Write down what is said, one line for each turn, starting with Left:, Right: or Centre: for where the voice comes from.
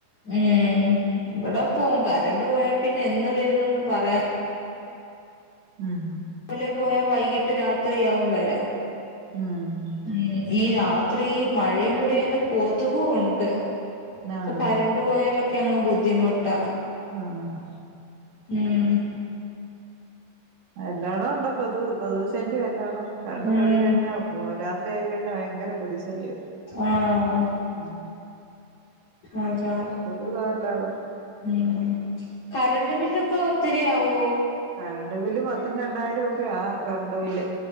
Left: ഉം ഇവിടെ പോവും കരണ്ട് പോയാൽ പിന്നെ എന്ന് വരുന്ന് പറയാൻ
Right: ഉം
Left: രാവിലെ പോയാ വൈകിട്ട് രാത്രിയാവും വരാൻ
Right: ഉം
Left: ഉം ഈ രാത്രി മഴയും കൂടി അതിന്റെ കൊതുവ ഉണ്ട് ഇപ്പൊ
Right: ആഹ്
Left: കരണ്ട് പോയാലൊക്കെ അങ്ങ് ബുദ്ധിമുട്ടാ
Right: ആഹ്
Left: ഉം
Right: എല്ലാടോ ഉണ്ടോ കൊതുവ കൊതുവു ശല്യം എല്ലാടോ കറണ്ട്
Left: ഉം
Right: പോയി കഴിഞ്ഞാൽ രാത്രി ആയിക്കഴിഞ്ഞാൽ ഭയങ്കര കൊതിശല്യ
Left: ആഹ്
Right: ഉം
Left: അതാ
Right: കൊതുക എല്ലാടം
Left: ഉം കറണ്ട് ബില്ലൊക്കെ ഒത്തിരിയാവോ
Right: കറണ്ട് ബില് പത്തിന് രണ്ടായിരം ഒക്കെയ കറണ്ട് ബില്